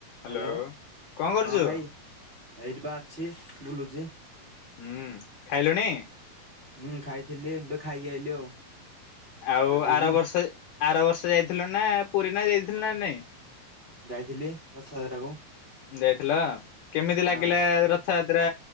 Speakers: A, on the left; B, on the right.
A: Hello
B: hello
A: କଣ କରୁଛୁ?
B: ହଁ ଭାଇ ଏଇଠି ପା ଅଛି ବୁଲୁଛି।
A: ହୁଁ ଖାଇଲୁଣି?
B: ହୁଁ ଖାଇଥିଲି ଏବେ ଖାଇକି ଆଇଲି ଆଉ।
A: ଆଉ
B: ଗାଧେଇକି
A: ଆର ବର୍ଷ ଆର ବର୍ଷ ଯାଇଥିଲୁ ନା ପୁରୀ ନା ଯାଇଥିଲ ନା ନାଇଁ?
B: ଯାଇଥିଲି ରଥଯାତ୍ରାକୁ
A: ଯାଇଥିଲା କେମିତି
B: ହଁ
A: ଲାଗିଲା ର ଥ ଯାତ୍ରା